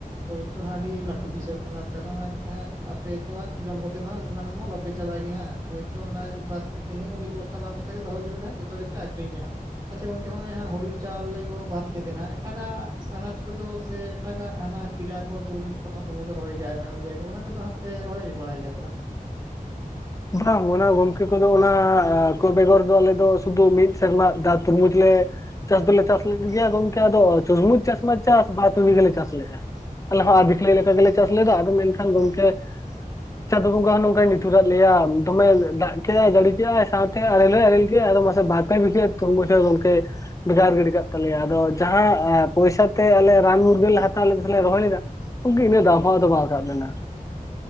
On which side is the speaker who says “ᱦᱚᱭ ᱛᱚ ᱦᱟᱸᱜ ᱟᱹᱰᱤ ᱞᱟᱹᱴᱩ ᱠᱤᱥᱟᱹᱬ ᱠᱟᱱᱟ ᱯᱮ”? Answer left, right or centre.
Right